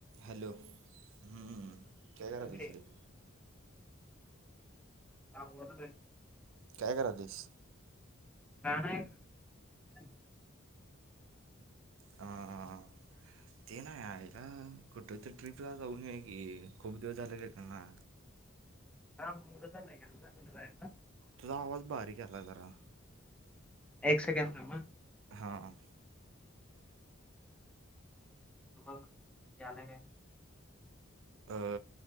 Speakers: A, on the right; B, in the centre.
A: Hello! हम <unintelligible>
B: इकडे हा बोलालोय.
A: काय करालीसं?
B: का नाही <unintelligible>
A: हा हा हा ते ना आयला. कुठं तर ट्रीपला जाऊन येऊया की खूप दिवस झाले त्यांना
B: हां उडत <unintelligible>
A: तुझा आवाज बारीक यालाय जरा.
B: एक सेकेंद थांब.
A: हां.
B: बघ यालाय काय?
A: अ